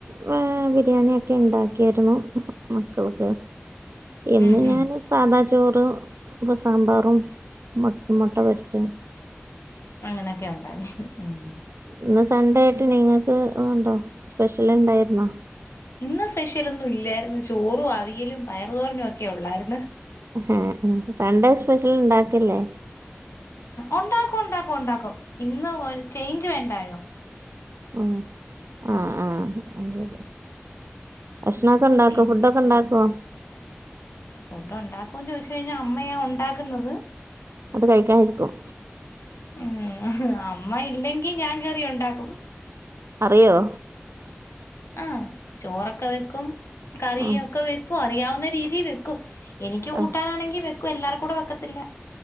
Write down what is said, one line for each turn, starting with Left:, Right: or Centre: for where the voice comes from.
Right: വേ ബിരിയാണിയൊക്കെ ഉണ്ടാക്കിയായിരുന്നു മക്കൾക്ക്. ഇന്ന്
Left: ഉം ഉം
Right: ഞാൻ സാദാ ചോറ് ഇപ്പ സാമ്പാറും മു മുട്ട പെ പൊരിച്ചതും.
Left: അങ്ങനെയൊക്കെ ഉണ്ടാക്കി, ഉം
Right: ഇന്ന് സൺഡേ ആയിട്ട് നിങ്ങൾക്ക് ഉണ്ടോ സ്പെഷ്യൽ ഉണ്ടായിരുന്നോ?.
Left: ഇന്ന് സ്പെഷ്യലൊന്നും ഇല്ലായിരുന്നു. ചോറും, അവിയലും, പയർ, തോരനും, ഒക്കെ ഉള്ളയിരുന്നു.
Right: ആ സൺണ്ടേ സ്പെഷ്യൽ ഉണ്ടാക്കില്ലേ?.
Left: ഉണ്ടാക്കും ഉണ്ടാക്കും ഉണ്ടാക്കും ഇന്ന് ഒരു ചേഞ്ച് വേണ്ടായോ?.
Right: ഉം ആ
Left: ഉം
Right: ആ അതെ ഭക്ഷണംമ ഒക്കെ ഉണ്ടാക്കോ
Left: പിന്നെ
Right: ഫുഡ് ഒക്കെ ഉണ്ടാക്കോ
Left: ഫുഡ് ഉണ്ടാക്കുംന്ന് ചോദിച്ച കഴിഞ്ഞാൽ അമ്മയാാ ഉണ്ടാക്കുന്നത്.
Right: അത് കഴിക്കാനരിക്കും.
Left: ഏഅമ്മ ഇല്ലെങ്കി ഞാൻ കറി ഉണ്ടാക്കും.
Right: അറിയോ?
Left: ആഹ ചോറൊക്കെ വെക്കും കറി
Right: ഉം
Left: ഒക്കെ വെക്കും അറിയാവുന്ന രീതി വെക്കും. എനിക്ക് കൂട്ടാനാണെങ്കിൽ
Right: ആഹ്
Left: വെക്കും എല്ലാർ കൂടെ വെക്കത്തില്ല.